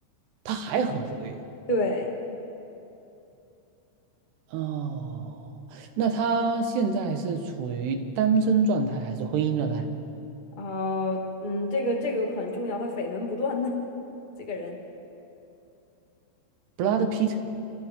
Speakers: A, on the right (about 70°); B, on the left (about 30°).
A: 他还很活跃
B: 对，
A: 哦。那他现在是处于单身状态还是婚姻状态
B: 啊，嗯，这个这个很重要，他绯闻不断呢，这个人。
A: ？Brad Pitt，